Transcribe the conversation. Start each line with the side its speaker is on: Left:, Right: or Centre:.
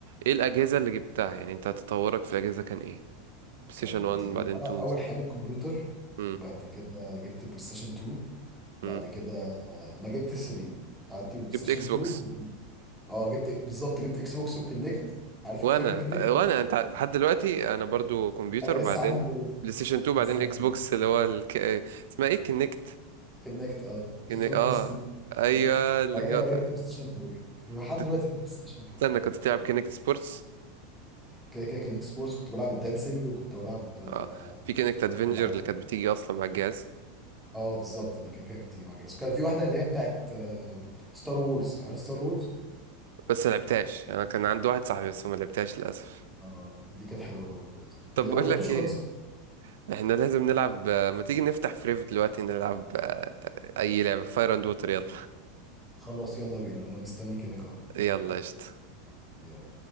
Right: ايه الاجهزة اللي جبتها يعني انت تطورك في الاجهزة كان ايه بلاي ستيشن
Centre: كنت
Right: 1
Centre: جبت
Right: بعدين
Centre: أنا
Right: 2
Centre: أول
Right: 3
Centre: حاجة الكمبيوتر
Right: امم
Centre: بعد كده جبت بلاي ستيشن 2 بعد
Right: امم
Centre: كده ما جبت 3 قعدت بلاي ستيشن
Right: جبت اكس
Centre: 2
Right: بوكس
Centre: وكمبيوتر. اه جبت بالظبط جبت اكس بوكس وكنكت عارف
Right: وانا
Centre: فاكر كنكت
Right: وانا انت لحد دلوقتي انا برضو كمبيوتر
Centre: انا
Right: بعدين
Centre: لسه عندي جوه
Right: بلاي ستيشن 2
Centre: لسه
Right: بعدين
Centre: عندي
Right: اكس
Centre: جوه
Right: بوكس اللي هو الك... اسمها ايه كينكت
Centre: كنكت اه
Right: كينكت
Centre: 365
Right: اه ايوه
Centre: يعني.
Right: اللي
Centre: بعد
Right: بيقعد
Centre: كده بقى جبت بلاي ستيشن 4 ولحد
Right: كنت
Centre: دلوقتي بلاي ستيشن 4
Right: استنى كنت تلعب كينكت سبورتس
Centre: كده كده كان اكس بورس كنت بلعب الدانسينج وكنت بلعب آه،
Right: اه في كانكت ادفنجر
Centre: كل حاجه
Right: اللي كانت بتيجي اصلا مع الجهاز
Centre: اه بالظبط دي كده كده كانت بتيجي مع جايز وكان في واحده اللي هي بتاعت ستار وورز عارف ستار وورز
Right: بس ما لعبتهاش انا كان عندي واحد صاحبي بس ما لعبتهاش للاسف
Centre: اه دي كانت حلوه أوي برضه
Right: طب
Centre: اللي
Right: بقول
Centre: ما جربتوش
Right: لك
Centre: خالص
Right: ايه احنا لازم نلعب آه، ما تيجي نفتح فريف دلوقتي نلعب آه، اي لعبه فاير اند ووتر يلا
Centre: خلاص يلا بينا انا مستنيك هناك اهو
Right: يلا قشطة
Centre: يلا